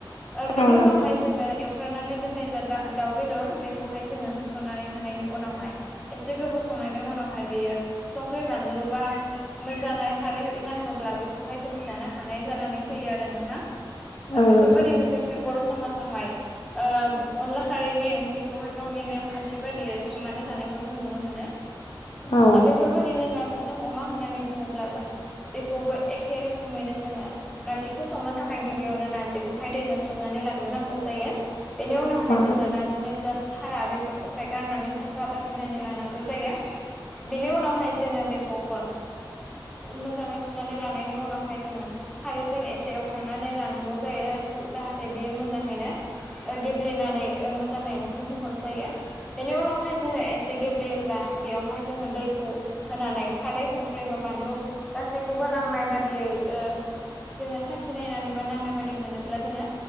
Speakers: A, in the centre; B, on the left.
A: ओ बेनि
B: औ नोंथां
A: उनावहाय जोङो एवफ्रानानै दोननाय जा दा-दाउ बेदर बेखौहाय जोङो होसननानै होनायनि उनावहाय एसे गोबाव संनायनि उनावहाय बेयो संख्रि बानलु बा मोजाङै खारै नाङोब्ला बेखौहाय जोङो जानो हानाय जानानै फैयो आरो नोंथां। ओ
B: औ
A: बेफोरबायदिनो
B: नोंथां
A: जों बर' समाजावहाय ओ अनला खारैनि ओंथिखौहाय गावनि नेम खान्थि बायदियै संनानै जानायखौ जों नुनो मोनो ओ
B: औ
A: बेफोरबायदिनो नारजि जों अमा होननानै बुङोब्लाबो बेखौबो एखे रोखोमैनो जोङो नारजिखौ संनो थाखाय गिबियावनो नारजिखौहाय दैजों सोमनानै लाग्रोनांगौ जायो। बेनि उनावहाय
B: औ औ
A: जोङो नारजिनि जा भारा बेफोरखौहाय गारनानै साफा बासिनानै लानांगौ जायो। बिनि उनावहाय जोङो बे खौबो मोजाङै सुनानै लानायनि उनावहाय जोङो खारैजों एसे एवफ्रानानै लानांगौ जायो जाहाथे बियो मोजाङैनो गेब्लेनानै मोजाङै ओंख्रि महर जायो बेनि उनाव हाय जोङो एसे गेब्लेयोब्ला बेयावहाय जोङो दैखौ होनानै खारै संख्रि बा बानलु गासैखौबो नांनाय बादियै ओ जोङो साखि नायनानै बा नांनाय बायदि मोनोब्ला जोङो